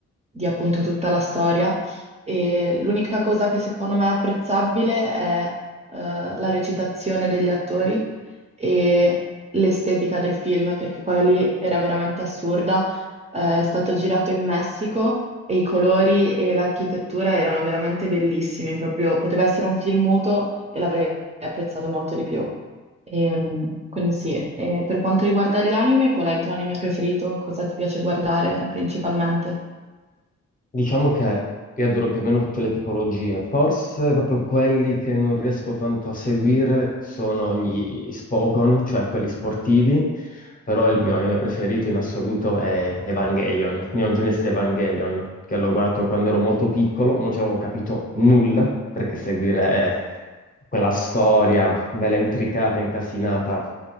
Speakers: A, on the right; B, on the left.
A: di appunto tutta la storia. E l'unica cosa che secondo me è apprezzabile è eh, la recitazione degli attori e l'estetica del film, perché quella lì era veramente assurda. Eh, è stato girato in Messico e i colori e l'architettura erano veramente bellissimi, proprio poteva essere un film muto e l'avrei apprezzato molto di più. Ehm, quindi sì, e per quanto riguarda gli anime, qual è il tuo anime preferito? Cosa ti piace guardare principalmente?
B: Diciamo che io adoro più o meno tutte le tipologie, forse proprio quelli che non riesco tanto a seguire sono gli Spokon, cioè quelli sportivi, però il mio anime preferito in assoluto è Evangelion, Neon Genesis Evangelion, che l'ho guardato quando ero molto piccolo, non ci avevo capito nulla, perché seguire eh, quella storia bella intricata, incasinata,